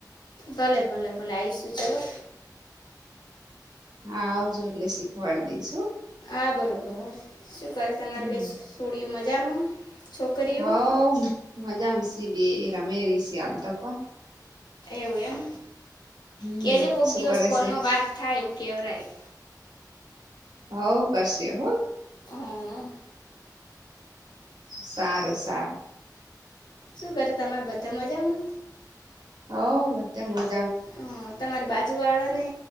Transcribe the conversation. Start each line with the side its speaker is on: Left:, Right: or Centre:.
Left: ભલે ભલે ભલે આઈશું ચલોો
Right: હા આવજો એટલે શીખવાડ દઈશું
Left: હા બરાબર શું કરી તમારે
Right: હમ
Left: બેસ સોડ્યું મજામાં છોકરીઓ
Right: હવ મજામાં સ બે રમે ર શિયાલ તો કોણ
Left: એવું એમ
Right: હમ
Left: કેજ કોક
Right: શું
Left: દિવસ
Right: કરે
Left: ફોનમાં
Right: છે
Left: વાત થાય કેેવરાય
Right: હ કરશે હો
Left: હ હા
Right: હ સારું સારું
Left: શું કરે તમારા બધા મજામાં
Right: હ બધ મજ
Left: હ તમારી બાજુ વાળા ને